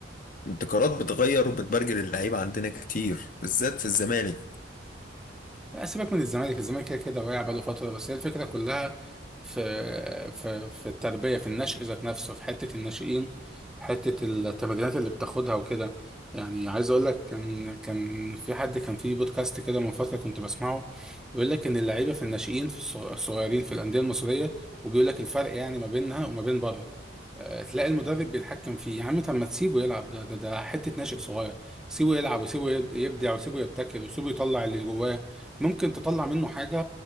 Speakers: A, on the left; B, in the centre.
A: الابتكارات بتغير وبتبرجل اللعيبة عندنا كتير بالذات في الزمالك
B: لا سيبك من الزمالك الزمالك كده كده واقع بقاله فترة بس هي الفكرة كلها في في في التربية في النشء ذات نفسه في حتة الناشئين حتة التمرينات اللي بتاخدها وكده يعني عايز اقول لك كان كان في حد كان في بودكاست كده من فترة كنت بسمعه بيقول لك ان اللعيبة في الناشئين في الصغ- الصغيرين في الأندية المصرية وبيقول لك الفرق يعني ما بينها وما بين بره آه، تلاقي المدرب بيتحكم فيه يا عم طب ما تسيبه يلعب ده ده ده حتة ناشئ صغير سيبه يلعب وسيبه يب- يبدع وسيبه يبتكر وسيبه يطلع اللي جواه ممكن تطلع منه حاجة